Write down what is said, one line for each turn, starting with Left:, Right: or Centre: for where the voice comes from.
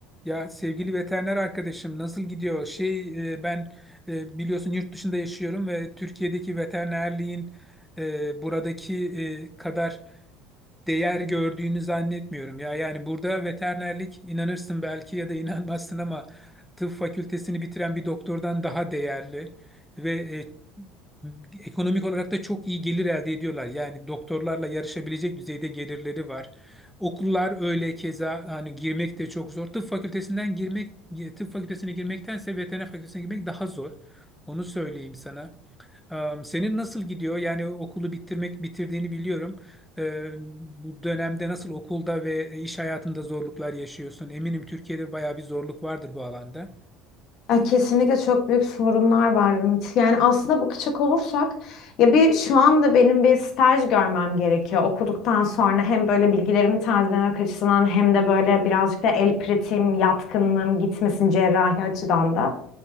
Centre: Ya sevgili veteriner arkadaşım nasıl gidiyor? Şey e, ben e, biliyorsun yurt dışında yaşıyorum ve Türkiye'deki veterinerliğin e, buradaki e, kadar değer gördüğünü zannetmiyorum ya. Yani burada veterinerlik inanırsın belki ya da inanmazsın ama tıp fakültesini bitiren bir doktordan daha değerli ve e, ekonomik olarak da çok iyi gelir elde ediyorlar. Yani doktorlarla yarışabilecek düzeyde gelirleri var. Okullar öyle keza hani girmek de çok zor. Tıp fakültesinden girmek, tıp fakültesine girmektense veteriner fakültesine girmek daha zor. Onu söyleyeyim sana. Am, Senin nasıl gidiyor? Yani okulu bitirmek bitirdiğini biliyorum. Ee, Bu dönemde nasıl okulda ve e, iş hayatında zorluklar yaşıyorsun? Eminim Türkiye'de bayağı bir zorluk vardır bu alanda.
Left: Ay, kesinlikle çok büyük sorunlar var Ümit. Yani aslında bakacak olursak ya bir şu anda benim bir staj görmem gerekiyor. Okuduktan sonra hem böyle bilgilerimi tazelemek açısından hem de böyle birazcık da el pratiğim, yatkınlığım gitmesin cerrahi açıdan da.